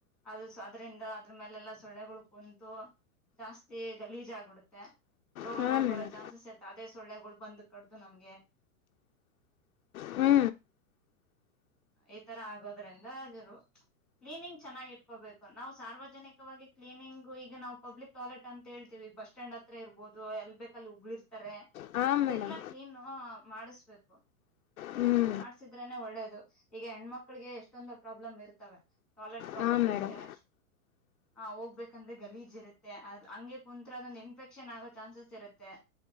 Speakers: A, in the centre; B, on the left (about 70°).
A: ಅದು ಸೊ ಅದ್ರಿಂಧ ಅದ್ರ ಮೇಲೆಲ್ಲಾ ಸೊಳ್ಳೆಗಳು ಕುಂತು ಜಾಸ್ತಿ ಲೀಜ್ ಆಗ್ಬಿಡುತ್ತೆ ರೋಗಗಳು
B: ಹಾಂ
A: ಬರೋ
B: ಮೇಡಮ್
A: ಚಾನ್ಸಸ್ ಇರ್ತ್ತೆ ಅದೇ ಸೊಳ್ಳೆಗಳು ಬಂದ್ ಕಡ್ದು ನಮ್ಗೆ
B: ಹ್ಞೂ
A: ಈ ತರ ಆಗೋದ್ರಿಂದರು <unintelligible> ಕ್ಲೀನಿಂಗ್ ಚೆನ್ನಾಗಿ ಇಟ್ಕೋಬೇಕು ನಾವ್ ಸಾರ್ವಜನಿಕವಾಗಿ ಕ್ಲೀನಿಂಗ್ ಈಗ ನಾವ್ ಪಬ್ಲಿಕ್ ಟಾಯ್ಲೆಟ್ ಅಂತ ಹೇಳ್ತೀವಿ ಬಸ್ ಸ್ಟ್ಯಾಂಡ್ ಹತ್ರ ಇರ್ಬೋದು ಎಲ್ ಬೇಕಲ್ಲಿ ಉಗಳಿರ್ತಾರೆ
B: ಹಾಂ
A: ಅದೆಲ್ಲಾ
B: ಮೇಡಮ್
A: ಕ್ಲೀನು ಮಾಡಿಸ್ಬೇಕು
B: ಹ್ಞೂ
A: ಮಾಡಸಿದ್ರನೆ ಒಳ್ಳೇದು ಈಗ ಹೆಣ್ಮಕ್ಳಿಗೆ ಎಷ್ಟೊಂದು ಪ್ರಾಬ್ಲಮ್ ಇರ್ತವೆ ಟಾಯ್ಲೆಟ್ ಪ್ರಾಬ್ಲಮ್
B: ಹಾಂ
A: ಇರುತ್ತೆ
B: ಮೇಡಮ್
A: ಆ ಹೋಗ್ಬೇಕಂದ್ರೆ ಗಲೀಜ್ ಇರುತ್ತೆ ಅ ಹಂಗೆ ಕುಂತ್ರ <unintelligible> ಇನ್ಫೆಕ್ಷನ್ ಆಗೋ ಚಾನ್ಸಸ್ ಇರುತ್ತೆ